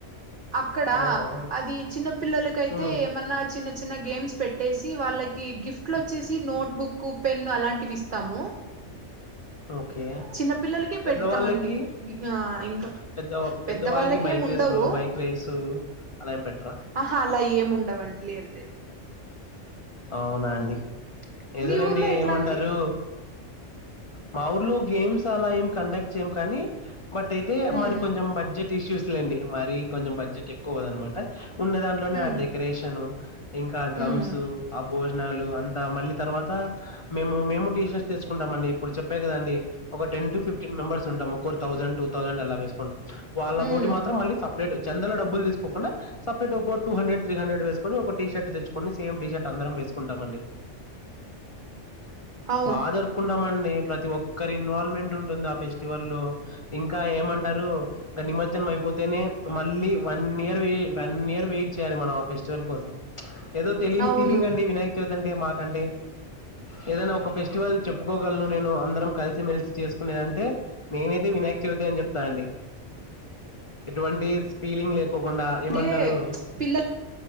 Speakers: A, on the right; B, on the left.
A: అక్కడ
B: అవునా
A: అది చిన్న పిల్లలకైతే
B: ఉమ్
A: ఏమన్నా చిన్న చిన్న గేమ్స్ పెట్టేసి వాళ్ళకి గిఫ్ట్లు వచ్చేసి నోట్ బుక్, పెన్ అలాంటివి ఇస్తాము.
B: ఓకే
A: చిన్న పిల్లలకే
B: పెద్దవాళ్ళకి
A: పెడతామండి ఆ ఇంకా
B: పెద్ద పెద్దవాళ్ళకి
A: పెద్ద వాళ్ళకేం
B: బైక్
A: ఉండవు
B: రేస్లో బైక్ రేస్ అలా ఏం పెట్టరా
A: ఆహా అలా ఏం ఉండవండి లేదు లేదు
B: అవునా అండి ఏదోలేండి
A: మీ ఊర్లో ఎట్లా
B: ఏమంటారు.
A: అండి
B: మా ఊర్లో గేమ్స్ అలా ఏం కండక్ట్ చేయం కాని బట్ అయితే
A: హ్మ్
B: మాది కొంచం బడ్జెట్ ఇషూస్లెండి. మరి కొంచెం బడ్జెట్ ఎక్కువ కాదన్నమాట ఉన్న దాంట్లోనే
A: హ్మ్
B: ఆ డెకరేషను ఇంకా ఆ డ్రమ్స్
A: హ్మ్
B: ఆ భోజనాలు అంతా మళ్ళీ తర్వాత మేము మేము టీషట్స్ తెచ్చుకుంటాంమండి. ఇప్పుడు చెప్పే కదండి ఒక టెన్ టు ఫి్టీన్ మెంబర్స్ ఉంటం ఒక్కోరు తౌసండ్, టూ తౌసండ్ అలా వేస్కుంటం వాళ్ళ
A: హ్మ్
B: కోటి మాత్రం మళ్ళీ సప్రేట్ చందలో డబ్బులు తీసుకోకుండా సప్రేట్ ఒక టూ హండ్రెడ్, త్రీ హండ్రెడ్ వేసుకొని ఒక టీ షర్ట్ తెచ్చుకొని సేమ్ టీ షర్ట్ అందరం వేసుకుంటామండి.
A: అవును
B: బా జరు కుండ మం ప్రతి ఒక్కర్ ఇన్వాల్వ్మెంట్ ఉంటుంది ఆ ఫెస్టివల్లో ఇంకా ఏమంటరు ఇంకా నిమజ్జనం అయిపోతేనే మళ్ళీ one year one year wait చేయాలి. మనం ఆ ఫెస్టివల్ కోసం ఏదో తెలియని
A: అవును
B: ఫీలింగ్ అండి వినాయక చవితి అంటే మాక్ అంటే ఏదైనా ఒక ఫెస్టివల్ చెప్పుకో ను నేను అందరం కల్సి మెల్సి చేసుకునేదంటే నేనైతే వినాయక చవితే అని చెప్తానండి ఎటువంటి ఫీలింగ్ లేదు. కోకుండా
A: అంటే
B: ఏమంటారు
A: పిల్లలు